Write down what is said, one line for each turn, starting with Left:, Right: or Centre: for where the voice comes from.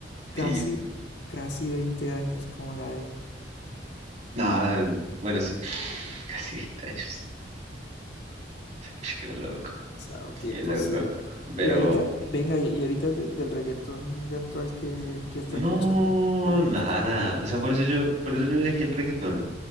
Left: casi,
Right: y
Left: casi veinte años como la de,
Right: nada, bueno, sí, <laughs> casi 20 años. Ish, Qué loco,
Left: o sea, tiempo,
Right: qué loco.
Left: sí.
Right: Pero
Left: Y ahorita, venga, y y ahorita de- del reggaetón de actual que, que está
Right: No,
Left: escuchando, que le
Right: nada.
Left: gusta.
Right: O sea, por eso yo, por eso yo dejé el reggaetón.